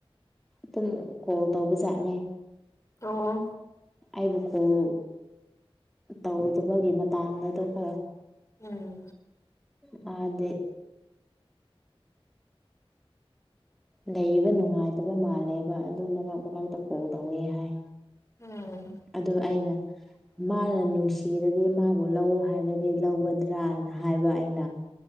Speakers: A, in the centre; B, on the left.
A: ꯑꯗꯨꯝ ꯀꯣꯜ ꯇꯧꯕꯖꯥꯠꯅꯦ
B: ꯑꯣ ꯑꯣ
A: ꯑꯩꯕꯨ ꯀꯣꯜ ꯇꯧꯗꯕꯒꯤ ꯃꯇꯥꯡꯗꯨꯗꯀꯣ
B: ꯎꯝ
A: ꯃꯥꯗꯤ ꯂꯩꯕ ꯅꯨꯡꯉꯥꯏꯇꯕ ꯃꯥꯜꯂꯦꯕ ꯑꯗꯨꯝ ꯃꯔꯛ ꯃꯔꯛꯇ ꯀꯣꯜ ꯇꯧꯋꯦ ꯍꯥꯏ
B: ꯎꯝ
A: ꯑꯗꯨ ꯑꯩꯅ ꯃꯥꯅ ꯅꯨꯡꯁꯤꯔꯗꯤ ꯃꯥꯕꯨ ꯂꯧ ꯍꯥꯏꯔꯗꯤ ꯂꯧꯒꯗ꯭ꯔꯥꯅ ꯍꯥꯏꯕ ꯑꯩꯅ